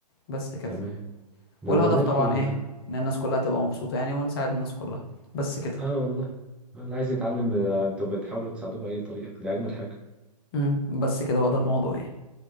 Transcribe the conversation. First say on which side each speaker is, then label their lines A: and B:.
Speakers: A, on the left; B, in the centre.
A: بس كده
B: تمام ده
A: والهدف
B: ده زي
A: طبعا
B: الفل
A: ايه
B: ده
A: ان الناس كلها تبقى مبسوطة يعني ونساعد الناس كلها بس كده
B: آه والله اللي عايز يتعلم آه، أنتوا بتحاولوا تساعدوه بأي طريقة دي أجمل حاجة
A: امم بس كده هو ده الموضوع يعني